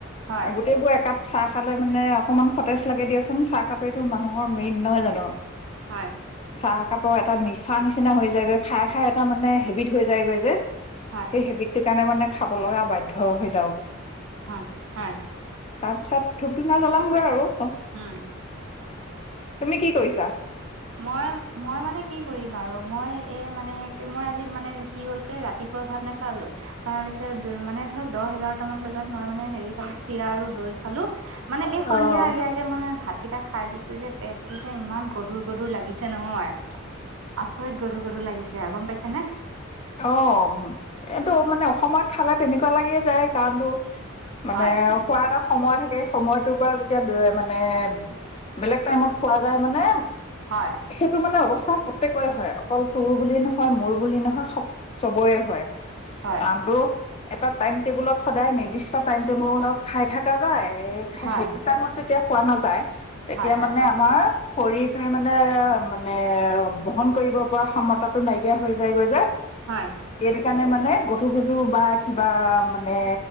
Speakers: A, on the right (about 75°); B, on the left (about 30°).
A: হয়
B: গোটেইবোৰ একাপ চাহ খালৈ মানে অকনমান সতেজ লাগে দিয়াচোন চাহ কাপৰেটো মানুহৰ মেইন নহয় জানো
A: হয়
B: চ কাপোৰ এটা নিচা নিচিনা হৈ যায়গৈ খাই খাই এটা মানে হেবিট হৈ যায়গৈ যে
A: হয়
B: সেই হেবিট কাৰণে মানে খাব লগা বাধ্য় হৈছে
A: হ হয়
B: তাৰপিছত ধূপ ধূনা জ্বলামগৈ আৰু
A: উম
B: তুমি কি কৰিছা
A: মই মই মানে কি কৰিম আৰু মই এই মানে মই আজি মানে কি হৈছে ৰাতিপুৱা ভাত নেখালো তাৰ পিছত মানে ধৰক দহ এঘাৰট মান বজাত মই মানে হেৰি খালো চিৰা আৰু দৈ খালো মানে এই সন্ধিয়া
B: অ'।
A: আগে আগে মই মে ভাতকেইটা খাই দিছো যে পেটটো যে ইমান গধুৰ গধুৰ লাগিছে নহয় আচৰিত গধুৰ গধুৰ লাগিছে গম পাইছে নে
B: অ এইটো মানে অসমত খালে তেনেকুৱা লাগিয়ে যায় কাৰণো মানে
A: হয়
B: খোৱাাদ এটা সময় থাকে সময়টোৰ পৰা যেতিয়া মানে বেলেগ টাইমত খোৱা যায় মানে
A: হয়
B: সেইটো মানে অৱস্থা প্ৰত্েকে হয় অকল তোৰ বুলি নহয় মোৰ বুলি নহয় চবৰে হয়
A: হয়
B: কাৰণটোো এটা টাইম টেবুলত সদায় নিৰ্দিষ্ট টাইম টেবুল লগত খাই থকা যায় সেইটো
A: হয়
B: টাইমত যেতিয়া খোৱা নাযায় তেতিয়া
A: হয় হয়
B: মানে আমাৰ শৰীৰটোৱে মানে মানে বহন কৰিব পৰা ক্ষতাটো নাইকিয়া হৈ যায়গৈ যে।
A: হয়
B: সেইটো কাৰণে মানে গধু গধু বা কিবা মানে